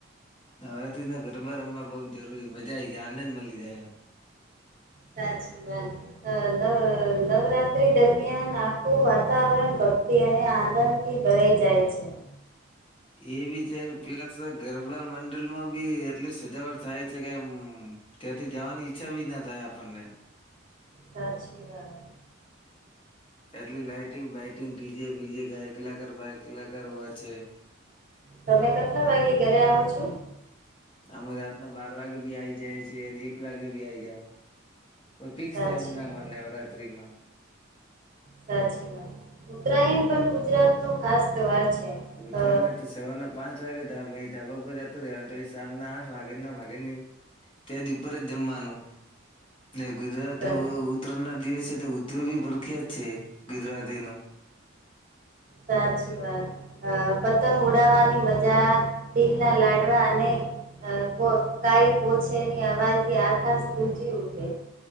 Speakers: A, on the left; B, on the right.
A: નવરાત્રી ના ગરબા રમવા બઉ જરૂરી મજા આ આવી જાય આનંદ મળી જાય એમ
B: સાચી વાત નવ નવરાત્રી દરમિયાન આપ આખું વાતાવરણ ભક્તિ અને આનંદથી ભરાઈ જાય છે
A: એ બી છેને પ્લસ ગરબા મંડલમાં બી એટલી સજાવટ થાય છે કે એમ ત્યાંથી જવાની ઈચ્છા બી ના થાય આપણને
B: સાચી વાત
A: એટલી લઇટિંગ બાઇટિંગ ડીજે બીજે ગાય કલાક બાયકલાક હોય છે
B: તમે કેટલા વાગે ઘરે આવો છો
A: અમે રાતના બાર વાગે બી આવી જાય છે અને એક વાગે બી આવી જાઓ ફિક્સ
B: સાચી
A: ટાઈમ ના
B: વાત.
A: માને નવરાત્રી માં
B: સાચી વાત ઉત્તરાયણ પણ ગુજરાત ન ખાસ તહેવાર છે.
A: ઉતરા
B: અ
A: ના તો સવન પાંચ વાગે ધ મે ધાબ જ કારણ સાજના આઠ વાગ્યા ના વાગે ની ત્યાથી ઉપર જમવાનું એટ ગુજરાત
B: સા-
A: ઉત્તરાયણ ના દિવસે તો ઉધ્યોગ બી પરખ્યા જ છે ગુજરાતી ન
B: સાચી વાત અ પતંગ ઉડાવવાની મજા તીલ ના લાડવા અને કો કઈ પોછે ની અવાજ થી આખાસ ગૂજી ઉઠે